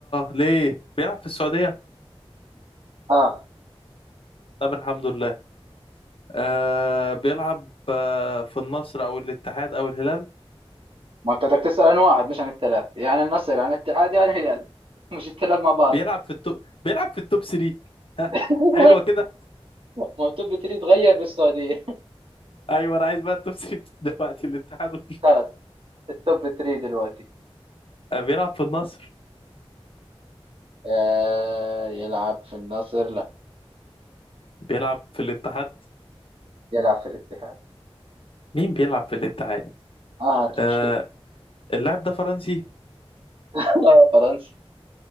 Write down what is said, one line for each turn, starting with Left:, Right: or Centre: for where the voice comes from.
Left: ليه بيلعب في السعودية
Right: اه
Left: طب الحمد لله آه بيلعب آه في النصر او الاتحاد او الهلال
Right: ما انت بدك تسأل عن واحد مش عن الثلاث يعني النصر عن الاتحاد يعني الهلال <laughs> مش الثلاث مع بعض
Left: بيلعب في التوب بيلعب في التوب 3 ها
Right: <laughs>
Left: حلوة كده
Right: ما هو التوب 3 تغير بالسعودية
Left: ايوه انا عايز بقى التوب 3 <laughs> دلوقتي الاتحاد
Right: <laughs>
Left: وال-
Right: خلص التوب 3 دلوقتي
Left: آه بيلعب في النصر
Right: آه يلعب في النصر لا
Left: بيلعب في الاتحاد
Right: يلعب في الاتحاد
Left: مين بيلعب في الاتحاد
Right: اه
Left: آه
Right: مشكلة
Left: اللاعب ده فرنسي
Right: آه، فرنسي